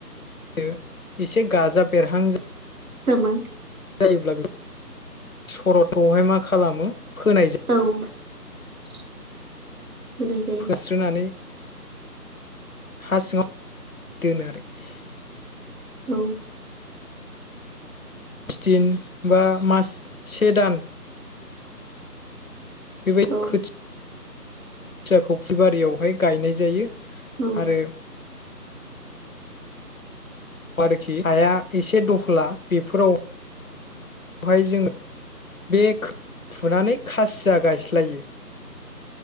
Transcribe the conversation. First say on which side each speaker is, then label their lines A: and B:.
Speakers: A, on the left (about 60°); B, on the right (about 60°).
A: <unintelligible> एसे गाजा बेरहां <unintelligible>
B: <unintelligible>
A: जायोब्ला <unintelligible> मा खालामो फोनाय <unintelligible>
B: औ <inaudible> जायो
A: फोस्रोनानै <inaudible> हा सिङाव <unintelligible>
B: औ।
A: <unintelligible> बा मास से दान। बेबाय
B: औ
A: <unintelligible> <unintelligible> बारियावहाय गायनाय जायो।
B: औ
A: आरो आरोखि हाया एसे दख्ला बेफोराव <inaudible> हाय जोङो बे <inaudible> फुनानै खासिया गायस्लायो।